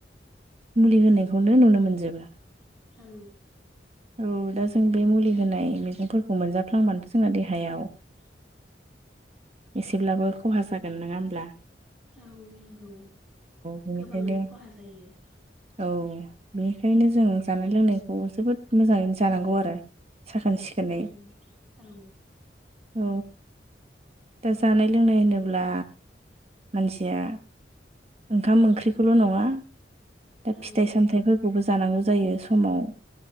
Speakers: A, on the right (about 35°); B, in the centre.
A: मुलि होनायखौनो नुनो मोनजोबो
B: औ
A: औ दा जों बे मुलि होनाय मैगंफोरखौ मोनजाफ्लाङबानोथ' जोंना देहायाव
B: <inaudible>
A: एसेब्लाबो खहा जागोन नङा होमबा
B: औ नंगौ
A: बेनिखायनो
B: गोबाङानो खहा जायो
A: औ बेनिखायनो जों जानाय लोंनायखौ जोबोद मोजाङैनो जानांगौ आरो साखोन सिखोनै
B: उम औ।
A: औ। दा जानाय लोंनाय होनोब्ला मानसिया। ओंखाम ओंख्रिखौल' नङा। दा
B: औ
A: फिथाइ सामथायाइफोरखौबो जानांगौ जायो समाव।